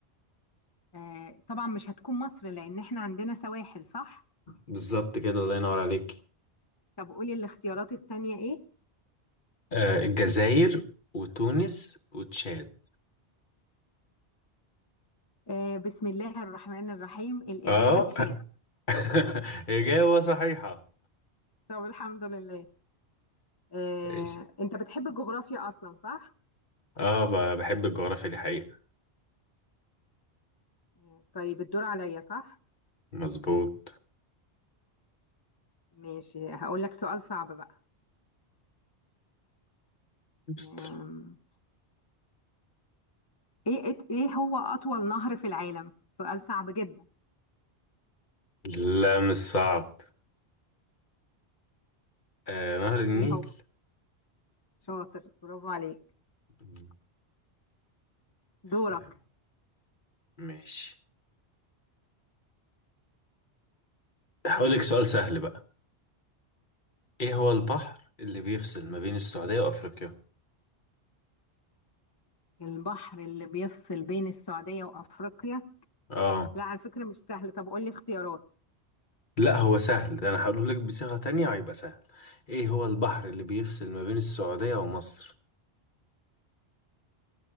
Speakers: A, on the left; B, on the left.
A: آه طبعا مش هتكون مصر لان احنا عندنا سواحل صح
B: بالظبط كده الله ينور عليك
A: طب قولي الاختيارات التانية ايه
B: آه الجزائر وتونس وتشاد
A: آه بسم الله الرحمن الرحيم الإجابة
B: اه
A: تشاد
B: <laughs> إجابة صحيحة
A: طب الحمد لله آه
B: ايش
A: انت بتحب الجغرافيا اصلا صح
B: اه ب- بحب الجغرافيا دي حقيقة
A: آه طيب الدور عليا صح
B: مظبوط
A: ماشي هقول لك سؤال صعب بقى
B: است-
A: آه ايه ايه إيه هو اطول نهر في العالم سؤال صعب جدا
B: لا مش صعب آه نهر النيل
A: ايه هو شاطر برافو عليك
B: مم، تسلم.
A: دورك
B: ماشي هقولك سؤال سهل بقى ايه هو البحر اللي بيفصل ما بين السعودية وافريقيا
A: البحر اللي بيفصل بين السعودية وأفريقيا
B: اه
A: لا على فكرة مش سهل طب قول لي اختيارات
B: لا هو سهل ده انا هقوله لك بصيغة تانية هيبقى سهل ايه هو البحر اللي بيفصل ما بين السعودية ومصر